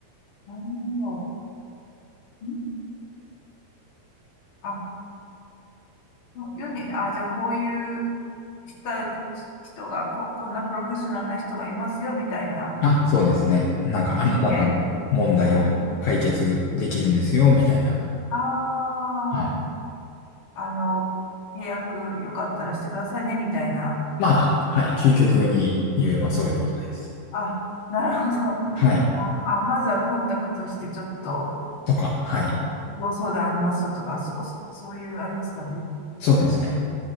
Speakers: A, on the left; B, on the left.
A: なるほど。うんあ、世に、あ、じゃあこういう人、人がこ、こんなプロフェッショナルな人がいますよ、みたいな
B: あ、そうですね。なんか、
A: 感じで、
B: あなたの問題を解決できるんですよ、
A: はい。
B: みたいな。
A: ああ、
B: うん
A: あの、契約よかったらしてくださいね、みたいなこと。
B: まあ、はい、究極に言えばそういうことです。
A: あ、なるほど。
B: はい。
A: あ、あ、まずはコンタクトして、ちょっと、
B: とか、はい。
A: ご相談ありますよとか、そ、そそういうあれですかね。
B: そうですね。